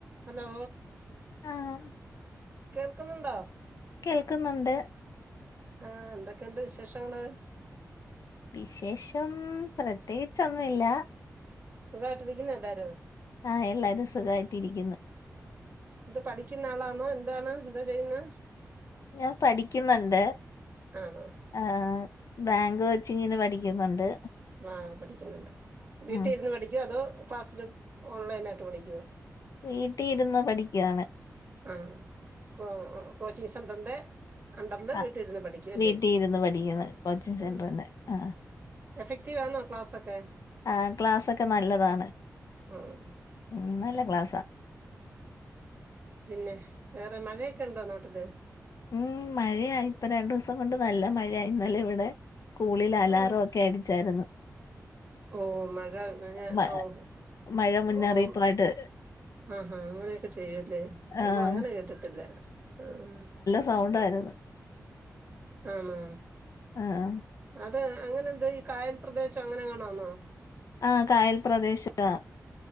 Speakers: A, on the right; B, on the left.
A: Hello
B: ആഹ്
A: കേൾക്കുന്നുണ്ടോ
B: കേൾക്കുന്നുണ്ട്
A: ആഹ് എന്തൊക്കെണ്ട് വിശേഷങ്ങള്
B: വിശേഷം പ്രത്യേകിച്ചൊന്നുല്ല
A: സുഖായിട്ടിരിക്കുന്ന എല്ലാരും
B: ആഹ് എല്ലാരും സുഖായിട്ടിരിക്കുന്നു
A: ഇത് പഠിക്കുന്ന ആളാണോ എന്താണ് എന്താ ചെയ്യുന്ന്
B: ഞാൻ പഠിക്കുന്നുണ്ട്
A: ആണോ
B: ആഹ് ബാങ്ക് കോച്ചിങ്ങിന് പഠിക്കുന്നുണ്ട്
A: ആഹ് പഠിക്കുന്നുണ്ട് വീട്ടിലിരുന്ന്
B: ഉം
A: പഠിക്കുവോ അതോ ക്ലാസ്സില് ഓൺലൈനായിട്ട് പഠിക്കുവോ
B: വീട്ടീര്ന്ന് പഠിക്കാണ്
A: ആഹ് ആഹ് കോ കോച്ചിങ് സെന്റർന്റെ അണ്ടർല്
B: ആഹ്
A: വീട്ടിരുന്ന് പഠിക്കല്ലേ
B: വീട്ടി ഇരുന്ന് പഠിക്കുന്നു കോച്ചിങ്
A: ഉം
B: സെന്ററിന്റെ ആഹ്
A: എഫക്റ്റീവ് ആന്നോ ക്ലാസൊക്കെ
B: ആഹ് ക്ലാസ്സൊക്കെ നല്ലതാണ്
A: ആഹ്
B: ഉം നല്ല ക്ലാസ്സാ
A: പിന്നെ വേറെ മഴയൊക്കെണ്ടോ നാട്ടില്
B: ഉം മഴയാ ഇപ്പ രണ്ടുസം കൊണ്ട് നല്ല മഴയാ ഇന്നലെ ഇവടെ കൂളില്
A: ആഹ്
B: അലാറം ഒക്കെ അടിച്ചാരുന്നു
A: ഓഹ് മഴ കഞ്ഞ
B: മ
A: ഓഹ്
B: മഴ മുന്നറിയിപ്പായിട്ട്
A: ഓഹ് ആഹാ അങ്ങനെയൊക്കെ ചെയ്യോല്ലേ നമ്മള്
B: ആഹ്
A: അങ്ങനെ കേട്ടിട്ടില്ല ആഹ്
B: സൗണ്ടാര്ന്നു
A: ആന്നോ
B: ആഹ്
A: അത് അങ്ങനെ എന്ത് ഈ കായൽ പ്രദേശം അങ്ങനെങ്ങാണാന്നോ
B: ആഹ് കായൽ പ്രദേശാ